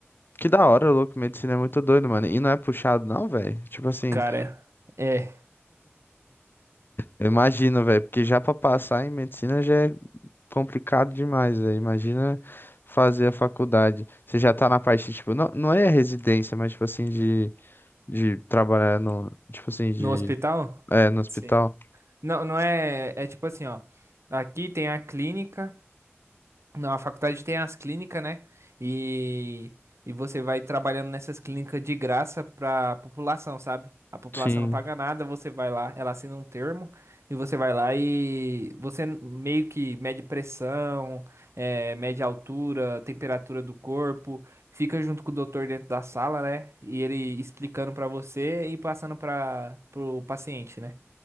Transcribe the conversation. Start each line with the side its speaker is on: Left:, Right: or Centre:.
Left: Que da hora, louco. Medicina é muito doido, mano. E não é puxado, não, velho. Tipo assim,
Right: Cara, é. é,
Left: eu imagino, velho, porque já pra passar em medicina já é complicado demais, velho. Imagina fazer a faculdade. Você já tá na parte, tipo, não, não é residência, mas, tipo assim, de, de trabalhar no, tipo assim, de,
Right: No hospital?
Left: é, no hospital.
Right: Sim. Não, não é. É tipo assim, ó. Aqui tem a clínica. Não, a faculdade tem as clínicas, né? E, e você vai trabalhando nessas clínicas de graça pra população, sabe? A população
Left: Sim,
Right: não paga nada, você vai lá, ela assina um termo e você vai lá e você meio que mede pressão, eh, mede altura, temperatura do corpo, fica junto com o doutor dentro da sala, né? E ele explicando pra você e passando para pro paciente, né?